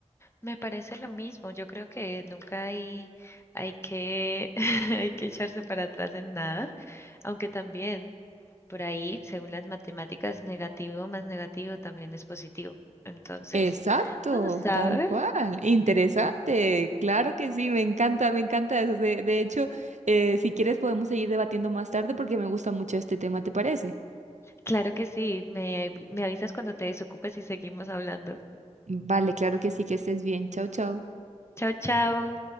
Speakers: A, on the left; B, on the right.
A: me parece lo mismo. Yo creo que nunca hay, hay que, <laughs> hay que echarse para atrás en nada, aunque también por ahí, según las matemáticas, negativo más negativo también es positivo. Entonces,
B: Exacto,
A: uno no sabe.
B: tal cual. Interesante. Claro que sí, me encanta, me encanta eso. De, de hecho, eh, si quieres podemos seguir debatiendo más tarde porque me gusta mucho este tema, ¿te parece?
A: Claro que sí, me, me avisas cuando te desocupes y seguimos hablando.
B: Vale, claro que sí, que estés bien. Chao, chao.
A: Chao, chao.